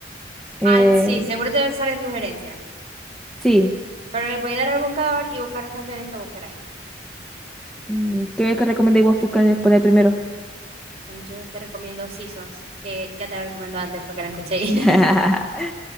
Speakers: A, in the centre; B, on the right.
A: Eh,
B: Ah, sí, seguro te salen sugerencias,
A: sí.
B: pero le podéis dar al buscador y buscar las canciones que buscaráis.
A: Mm, ¿Qué, qué recomendáis vos buscar, poner primero?
B: Bueno, yo te recomiendo Seasons, que ya te la recomiendo antes para que la escuchéis.
A: <laughs>
B: <laughs>